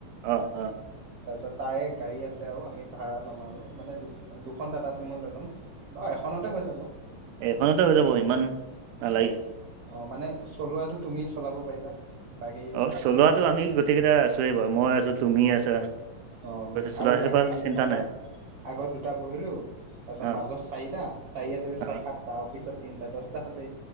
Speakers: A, on the right; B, on the right.
A: অ অ
B: তাৰপিছত তাৰে গাড়ী আছে আও আমি ভাড়া ল'ম আৰু মানে দু দুখন টাটা চুমু লৈ ল'ম। বাৰু এখনতে হৈ যাব।
A: এখনতে হৈ যাব ইমান নালাগে।
B: অ মানে চলোৱাটো তুমি চলাব পাৰিবা। বাকী
A: অ
B: মানে
A: চলোৱাটো আমি গোটেইকেইটা আছোৱে বাৰু মই আছো তুমি আছা।
B: অহ
A: চলোৱা
B: আৰু
A: সেইটো
B: বাকী
A: পৰা চিন্তা
B: ধৰি লোৱা,
A: নাই
B: আগত দুটা বহিলোঁ। তাৰপিছত
A: অ
B: মাজত চাৰিটা চাৰিয়ে দুইয়ে সাতটা
A: অ
B: পিছত তিনিটা দহটা হ'লেই।